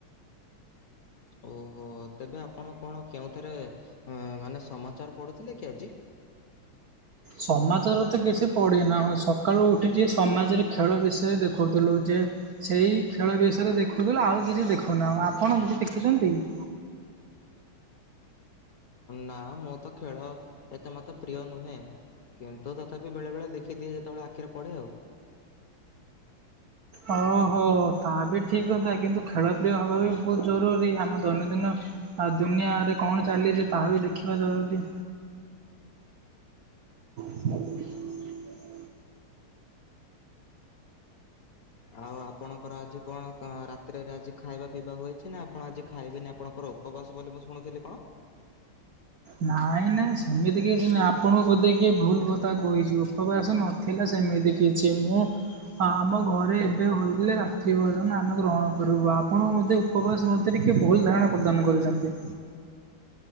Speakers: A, on the left (about 55°); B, on the right (about 75°).
A: ଓ ହୋ ତେବେ ଆପଣ କଣ କେଉଁ ରେ ମାନେ ସମାଚାର ପଡୁଥିଲେ କି ଆଜି?
B: ସମାଚର ତ କିଛି ପଢ଼ି ନାହୁଁ। ସକାଳୁ ଉଠିକି ସମାଜରେ ଖେଳ ବିଷୟରେ ଦେଖୁଥିଲୁ ଯେ ସେଇ ଖେଳ ବିଷୟରେ ଦେଖୁଥିଲୁ ଆଉ କିଛି ଦେଖୁନାହୁଁ ।ଆପଣ <unintelligible> କିଛି ଦେଖୁଛନ୍ତି କି?
A: ହ ନା ମୁଁ ତ ଖେଳ ଏତେ ମତେ ପ୍ରିୟ ନୁହେଁ। କିନ୍ତୁ ତଥାପି ବେଳେ ବେଳେ ଦେଖିଦିଏ, ଯେତେବେଳେ ଆଖିରେ ପଡେ ଆଉ।
B: ଓ ହୋ ତା ବି ଠିକ କଥା କିନ୍ତୁ ଖେଳ ପ୍ର୍ରିୟ ହେବା ବି ବହୁତ ଜରୁରୀ, ଆମ ଦୈନନ୍ଦିନ ଆଉ ଦୁନିଆରେ କଣ ଚାଲିଛି ତାହା ବି ଦେଖିବା ଜରୁରୀ। ହ
A: ଆଉ ଆପଣ ର ଆଜି କଣ ରାତିରେ ଆଜି ଖାଇବା ପିଇବା ହୋଇଛି, ନା ଆପଣ ଆଜି ଖାଇବେନି ଆପଣଙ୍କର ଉପବାସ ବୋଲି ମୁଁ ଶୁଣୁ ଥିଲି କଣ?
B: ନାଇଁ ନାଇଁ ସେମିତି କିଛି ନାହିଁ, ଆପଣଙ୍କୁ ବୋଧେ କିଏ ଭୁଲ କଥା କହିଛି ଉପାବାସ ନଥିଲା ସେମିତି କିଛି ମୁଁ ଆମ ଘରେ ଏବେ ହୋଇଲେ ରାତ୍ରି ଭୋଜନ ଆମେ ଗ୍ରହଣ କରିବୁ, ଆପଣ ବୋଧେ ଉପବାସ <unintelligible> କିଏ ଭୁଲ ଧାରଣା ପ୍ରଦାନ କରିଛନ୍ତି।